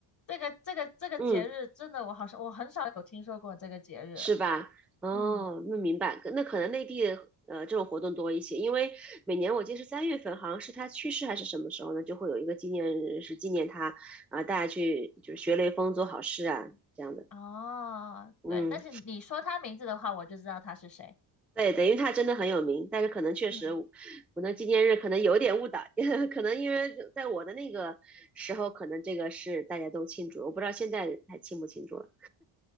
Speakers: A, on the left; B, in the centre.
A: 这个这个这个节日真的，
B: 嗯。
A: 我好像我很少有听说过这个节日。
B: 是吧？哦，
A: 嗯，
B: 那明白，那可能内地呃这种活动多一些，因为每年我记得是三月份，好像是他去世还是什么时候呢，就会有一个纪念日是纪念他啊、大家去就是学雷锋做好事啊这样的。
A: 哦，
B: 嗯，
A: 对，但是你说他名字的话，我就知道他是谁。
B: 对等于他真的很有名，但是可能确实我我那纪念日可能有点误导，
A: 嗯，
B: <laughs> 可能因为在我的那个时候，可能这个是大家都庆祝，我不知道现在还庆不庆祝了。